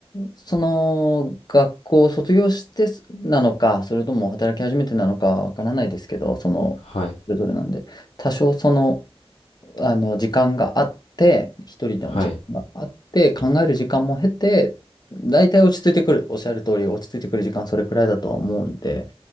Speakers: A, on the left; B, on the left.
A: その、学校を卒業してすなのか、それとも働き始めてなのかわからないですけど、その、
B: はい、
A: それぞれなんで、多少その、あの、時間があって、一人の時間があって、
B: はい、
A: 考える時間も経て、大体落ち着いてくる。おっしゃる通り、落ち着いてくる時間それくらいだとは思うんで、